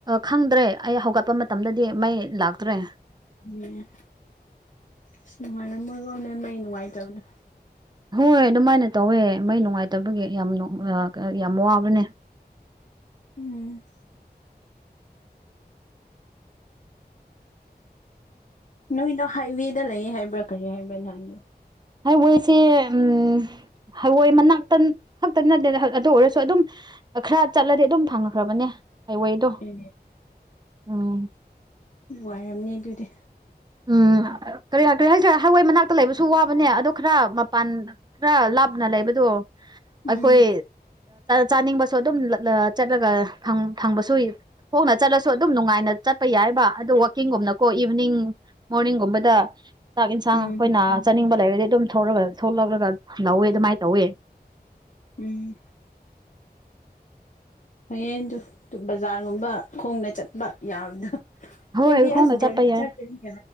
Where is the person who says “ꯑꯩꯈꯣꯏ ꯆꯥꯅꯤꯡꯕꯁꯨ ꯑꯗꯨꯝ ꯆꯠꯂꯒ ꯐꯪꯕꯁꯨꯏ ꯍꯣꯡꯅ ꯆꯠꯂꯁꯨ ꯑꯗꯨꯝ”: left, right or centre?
Right